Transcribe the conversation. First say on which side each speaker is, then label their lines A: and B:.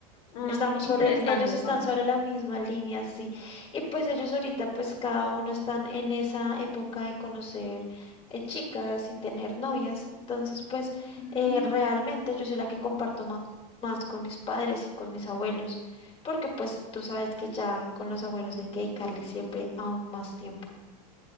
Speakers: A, on the left; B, on the left.
A: Ah,
B: Estamos
A: qué interesante,
B: sobre, ellos están
A: Paula.
B: sobre la misma línea, sí. Y pues ellos ahorita, pues cada uno están en esa época de conocer eh, chicas y tener novias. Entonces, pues
A: <laughs>
B: eh, realmente yo soy la que comparto ma- más con mis padres y con mis abuelos, porque pues tú sabes que ya con los abuelos hay que dedicarle siempre aún más tiempo.